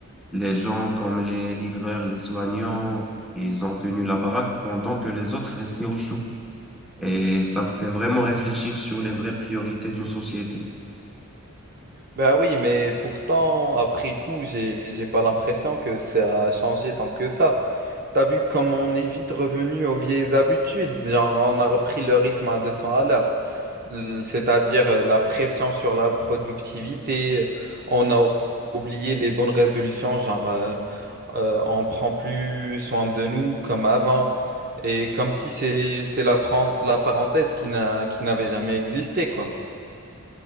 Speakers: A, in the centre; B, on the right.
A: les gens comme les livreurs, les soignants, ils ont tenu la baraque pendant que les autres restaient au chaud. Et ça fait vraiment réfléchir sur les vraies priorités d'une société.
B: Ben oui, mais pourtant, après coup, j'ai, j'ai pas l'impression que ça a changé tant que ça. T'as vu comme on est vite revenu aux vieilles habitudes, genre on a repris le rythme à 200 à l'heure, L- c'est-à-dire euh, la pression sur la productivité, euh, on a oublié les bonnes résolutions, genre euh, euh, on prend plus soin de nous comme avant, et comme si c'est c'est la, pren- la parenthèse qui n'a qui n'avait jamais existé, quoi.